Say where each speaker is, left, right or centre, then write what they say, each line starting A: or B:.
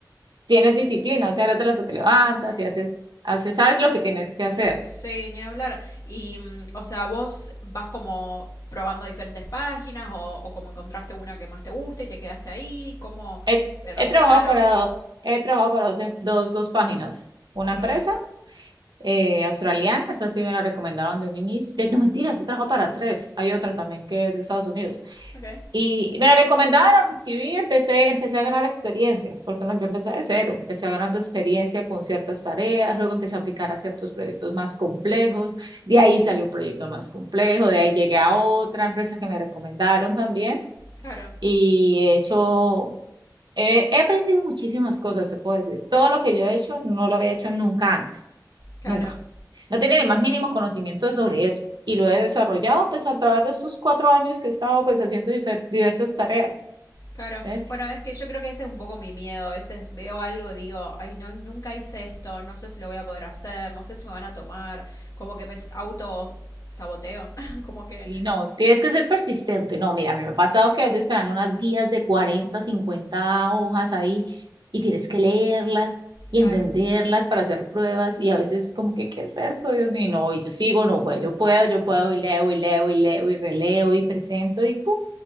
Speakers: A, on the right (about 70°); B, on the left (about 50°).
A: tienes disciplina, o sea, eres de las que te levantas y haces, haces, sabes lo que tienes que hacer.
B: Sí, ni hablar. Y, mm, o sea, vos vas como probando diferentes páginas o, o como encontraste una que más te gusta y te quedaste ahí, como
A: He,
B: te recomendaron.
A: he trabajado para, he trabajado para dos, dos, dos páginas, una empresa
B: Ok,
A: eh, australiana, esa sí me la recomendaron de un inicio, de- no mentiras, he trabajado para tres, hay otra también que es de Estados Unidos
B: ok,
A: Y me la recomendaron, me inscribí empecé, empecé a ganar experiencia, porque no, yo empecé de cero, empecé ganando experiencia con ciertas tareas, luego empecé a aplicar a ciertos proyectos más complejos, de ahí salió un proyecto más complejo, de ahí llegué a otra empresa que me recomendaron también
B: claro,
A: y he hecho, he he aprendido muchísimas cosas, se puede decir. Todo lo que yo he hecho no lo había hecho nunca antes,
B: claro,
A: nunca. No tenía ni más mínimo conocimiento sobre eso y lo he desarrollado pues a través de estos cuatro años que he estado pues haciendo difer- diversas tareas.
B: claro.
A: ¿Ves?
B: Bueno, es que yo creo que ese es un poco mi miedo. A veces veo algo, digo, ay, no, nunca hice esto, no sé si lo voy a poder hacer, no sé si me van a tomar, como que me auto saboteo, <laughs> como que,
A: Y no, tienes que ser persistente. No, mira, a mí me ha pasado que a veces te dan unas guías de 40 50 hojas ahí y tienes que leerlas y
B: claro,
A: entenderlas para hacer pruebas y a veces como que, ¿qué es esto? Dios mío, y no, y yo sigo, no, güey, yo puedo, yo puedo y leo y leo y leo y releo y presento y pum,